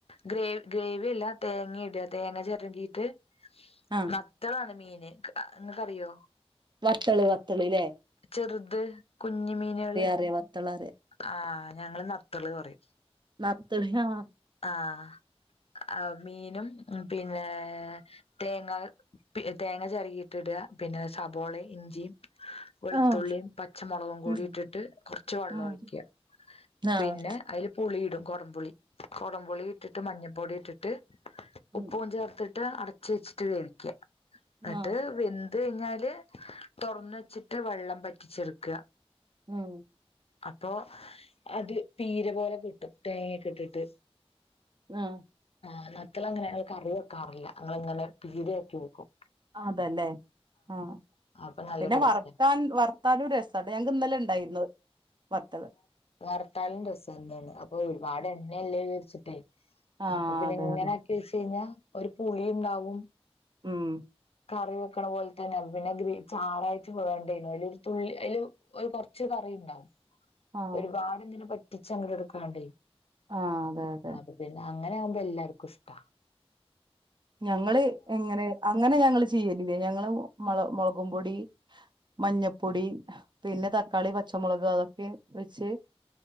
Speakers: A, on the left; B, on the right.
A: ഗ്രേ ഗ്രേവ്യല്ല തേങ്ങിട തേങ്ങ ചെരകീട്ട്
B: ആഹ്
A: വത്തളാണ് മീന് അ ഇങ്ങക്കറിയോ
B: വത്തള് വത്തള് ലേ
A: ചെറ്ത് കുഞ്ഞ് മീനാള്
B: അറിയാ വത്തള് അറിയാ
A: ആഹ് ഞങ്ങള് നത്തള് പറിം
B: നത്തള് ആഹ്
A: ആഹ് അ മീനും പിന്നെ തേങ്ങാ പി തേങ്ങ ചെരകീട്ടിടാ പിന്നെ സബോളെ ഇഞ്ചിം വെൾത്തുള്ളിം
B: ആഹ്
A: പച്ചമൊളകും കൂടി
B: ഉം
A: ഇട്ടിട്ട് കൊർച്ച് വള്ളോം
B: ആഹ്
A: ഒഴിക്ക
B: ആഹ്
A: പിന്നെ അയ്ല് പുളീടും കൊടംപുളി കൊടംപുളി ഇട്ടിട്ട് മഞ്ഞപ്പൊടി ഇട്ടിട്ട്
B: ഉം
A: ഉപ്പും ചേർത്തിട്ട് അടച്ച് വെച്ചിട്ട് വേവിക്ക എന്നിട്ട്
B: ആഹ്
A: വെ ന്ത് കൈഞ്ഞാല് തൊറന്ന് വെച്ചിട്ട് വള്ളം പറ്റിച്ചെട്ക്ക
B: ഉംഹ്
A: അപ്പോ അത് പീര പോലെ കിട്ടും തേങ്ങെക്കെട്ടിട്ട്
B: ആഹ്
A: ആഹ് നത്തളങ്ങനെ കറി വെക്കാറില്ല ഞങ്ങള് ഇങ്ങനെ പീരേക്കി വെക്കും
B: അതെല്ലേ ആഹ്
A: അപ്പൊ നല്ല
B: പിന്നെ
A: ടേസ്റ്റാ
B: വറക്കാൻ വർത്താലും രസാട്ടാ ഞങ്ങക്ക് ഇന്നലെ ഇണ്ടായിരുന്ന് വത്തള്
A: വർത്താലും രസാ എന്താണ് അപ്പോ ഒരുപാട് എണ്ണേല്ലേ വിചാര്ച്ചിട്ടേ
B: ആഹ്
A: അപ്പോ പിന്നെ
B: അതെ
A: ഇങ്ങനെ
B: അതെ
A: വെച്ചേഞ്ഞാ ഒരു പുളിണ്ടാവും
B: ഉം
A: കറി വെക്കിണ പോൽ തെന്നെ പിന്നെ ഗ്രേ ചാറായിട്ട് വെണ്ടേനു അയ്ലോരു തുള്ളി അയ്ല് ഒരു കൊർച്ച് കറി ഇണ്ടാവും
B: ആഹ്
A: പാടെ എന്തിനെ വറ്റിച്ച് അങ്ങട് എടുക്കാണ്ടേ
B: ആഹ് അതെ അതെ
A: അപ്പൊ പിന്നെ അങ്ങനെയാവ്മ്പോ എല്ലാർക്കുഷ്ട
B: ഞങ്ങള് എങ്ങനെ അങ്ങനെ ഞങ്ങള് ചെയ്യലില്ല ഞങ്ങള് മൊള മൊളകുമ്പൊടി മഞ്ഞപ്പൊടി പിന്നെ തക്കാളി പച്ചമുളക് അതൊക്കെ വെച്ച്